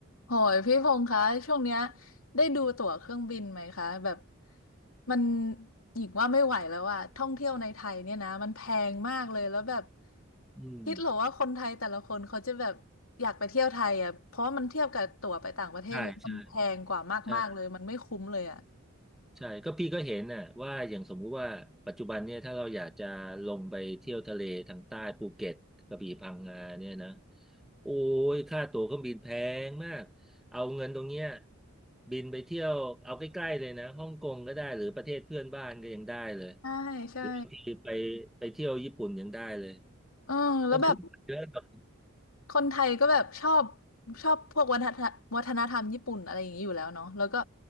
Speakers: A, on the left; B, in the centre.
A: โหยพี่พงษ์คะช่วงเนี้ยได้ดูตั๋วเครื่องบินไหมคะแบบมันหญิงว่าไม่ไหวแล้วอะท่องเที่ยวในไทยเนี่ยนะมันแพงมากเลยแล้วแบบ
B: อืม
A: คิดเหรอว่าคนไทยแต่ละคนเขาจะแบบอยากไปเที่ยวไทยอะเพราะว่ามันเทียบกับตั๋วไปต่างประเทศแล้วมันแพงกว่ามากๆเลยมันไม่คุ้มเลยอะ
B: ใช่ใช่ใช่ใช่ก็พี่ก็เห็นน่ะว่าอย่างสมมุติว่าปัจจุบันเนี่ยถ้าเราอยากจะลงไปเที่ยวทะเลทางใต้ภูเก็ตกระบี่พังงาเนี่ยนะโอ้ยค่าตั๋วเครื่องบินแพงมากเอาเงินตรงเนี้ยบินไปเที่ยวเอาใกล้ๆเลยนะฮ่องกงก็ได้หรือประเทศเพื่อนบ้านก็ยังได้เลย
A: ใช่ใช่
B: หรือบางทีไปไปเที่ยวญี่ปุ่นยังได้เลย
A: เออแล้วแบบ
B: มันคุ้มกว่าเยอะแบบ
A: คนไทยก็แบบชอบชอบพวกวัฒนวัฒนธรรมญี่ปุ่นอะไรอย่างนี้อยู่แล้วเนาะแล้วก็